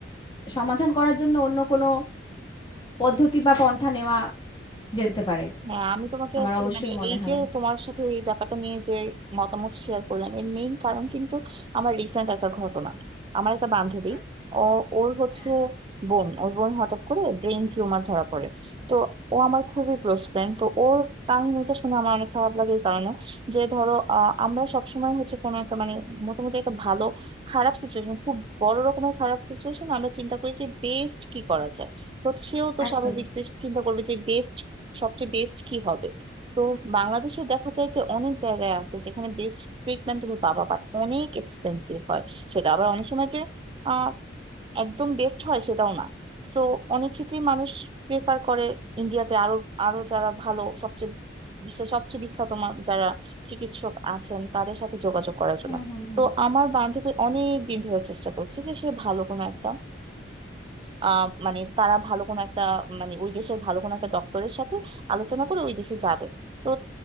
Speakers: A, on the left (about 25°); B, on the right (about 30°).
A: সমাধান করার জন্য অন্য কোনো পদ্ধতি বা পন্থা নেওয়া যেতে পারে
B: হ্যাঁ আমি তোমাকে
A: আমার
B: আসলে
A: অবশ্যই
B: মানে
A: মনে
B: এই
A: হয়
B: যে তোমার সাথে এই ব্যাপারটা নিয়ে যে মতামত শেয়ার করলাম এর মেইন কারণ কিন্তু আমার রিসেন্ট একটা ঘটনা আমার একটা বান্ধবী
A: আচ্ছা
B: ও ওর হচ্ছে
A: হ্যাঁ
B: বোন ওর বোন হঠাৎ করে ব্রেন টিউমার ধরা পড়ে তো ও আমার খুবই ক্লোজ ফ্রেন্ড তো ওর কাহিনীটা শুনে আমার অনেক খারাপ লাগে এই কারণে যে ধরো আহ, আমরা সবসময় হচ্ছে কোনো একটা মানে মোটামুটি একটা ভালো খারাপ সিচুয়েশন খুব বড় রকমের খারাপ সিচুয়েশন আমরা চিন্তা করি যে বেস্ট কি করা যায় তো সেও তো
A: একদম
B: স্বাভাবিক যে চিন্তা করবে যে বেস্ট সবচেয়ে বেস্ট কি হবে তো বাংলাদেশে দেখা যায় যে অনেক জায়গায় আছে যেখানে বেস্ট ট্রিটমেন্ট তুমি পাবা বাট অনেক এক্সপেন্সিভ হয় সেটা আবার অনেক সময় যে আহ, একদম বেস্ট হয় সেটাও না সো অনেক ক্ষেত্রেই মানুষ প্রেফার করে ইন্ডিয়াতে আরো আরো যারা ভালো সবচেয়ে বিশ্বের সবচেয়ে বিখ্যাত মা- যারা চিকিৎসক আছেন তাদের সাথে যোগাযোগ করার জন্য
A: হুম হুম হুম
B: তো আমার বান্ধবী অনেক দিন ধরে চেষ্টা করছে যে সে ভালো কোনো একটা আহ মানে তারা ভালো কোনো একটা মানে ওই দেশের ভালো কোনো একটা ডক্টরের সাথে আলোচনা করে ওই দেশে যাবে তো